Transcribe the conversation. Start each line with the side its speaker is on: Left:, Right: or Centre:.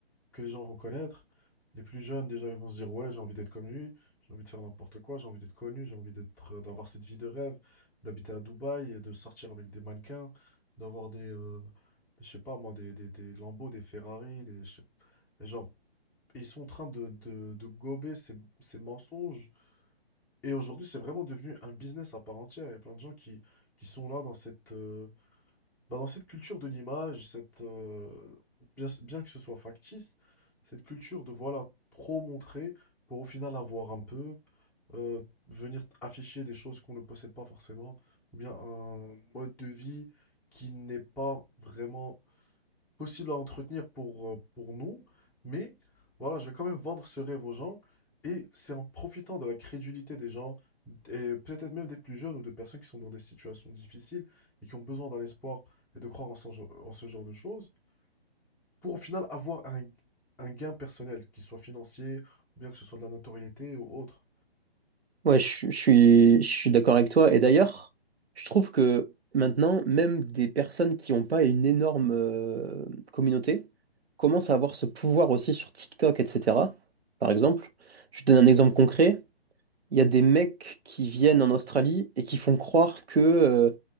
Centre: que les gens vont connaître, les plus jeunes, déjà, ils vont se dire, ouais, j'ai envie d'être comme lui, j'ai envie de faire n'importe quoi, j'ai envie d'être connu, j'ai envie d'être, euh, d'avoir cette vie de rêve, d'habiter à Dubaï, et de sortir avec des mannequins, d'avoir des, euh, je sais pas moi, des, des, des Lambo, des Ferrari, des, je sais- et genre, ils sont en train de, de, de gober ces, ces mensonges et aujourd'hui, c'est vraiment devenu un business à part entière. Il y a plein de gens qui, qui sont là dans cette, euh, bah, dans cette culture de l'image, cette, euh, bien, bien que ce soit factice, cette culture de voilà, trop montrer pour au final avoir un peu, euh, venir afficher des choses qu'on ne possède pas forcément, ou bien un mode de vie qui n'est pas vraiment possible à entretenir pour, euh, pour nous, mais voilà, je vais quand même vendre ce rêve aux gens, et c'est en profitant de la crédulité des gens, et peut-être même des plus jeunes ou de personnes qui sont dans des situations difficiles et qui ont besoin d'un espoir et de croire en ce, gen- en ce genre de choses, pour au final avoir un, un gain personnel, qu'il soit financier, ou bien que ce soit de la notoriété ou autre.
Right: Ouais, je, suis, je suis je suis d'accord avec toi. Et d'ailleurs, je trouve que maintenant, même des personnes qui n'ont pas une énorme euh, communauté commencent à avoir ce pouvoir aussi sur TikTok, etc. Par exemple, je te donne un exemple concret. Il y a des mecs qui viennent en Australie et qui font croire que euh,